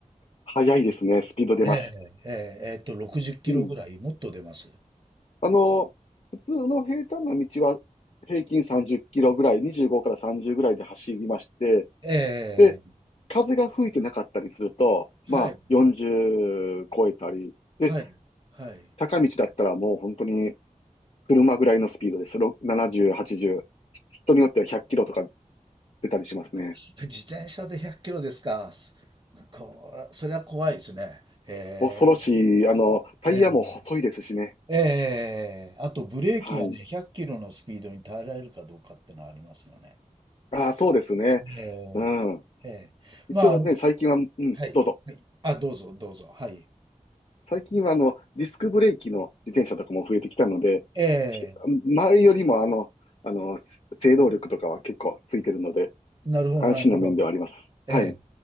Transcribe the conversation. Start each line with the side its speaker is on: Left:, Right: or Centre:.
Left: 速いですね。スピード出ます。
Right: ええ、ええ、えっと、60キロぐらい、
Left: うん。
Right: もっと出ます。
Left: あの、普通の平坦な道は平均30キロぐらい、25から30ぐらいで走りまして、
Right: え
Left: で、
Right: え、
Left: 風が吹いてなかったりすると、
Right: はい。
Left: まあ40超えたり、で、
Right: はい。はい。
Left: 坂道だったらもう本当に車ぐらいのスピードです。ろ70、80。人によっては100キロとか出たりしますね。
Right: <laughs> 自転車で100キロですか。すこそれは怖いですね。へえ。
Left: 恐ろしい。あの、タイヤも細いですしね。
Right: ええ。ええあとブレーキがね、
Left: はい。
Right: 100キロのスピードに耐えられるかどうかってのはありますよね。
Left: ああ、そうですね。
Right: ええ。
Left: うん。
Right: ええ。まあ、
Left: 一応ね、
Right: あの、
Left: 最近は、うん、
Right: はい。
Left: どうぞ。
Right: はい。あ、どうぞ、どうぞ。はい。
Left: 最近はあの、ディスクブレーキの自転車とかも増えてきたので、
Right: え
Left: ひ前よりもあの、
Right: え。
Left: あの、制動力とかは結構ついてるので、
Right: なるほど、
Left: 安心な面ではあります。
Right: なるほど。ええ。
Left: はい。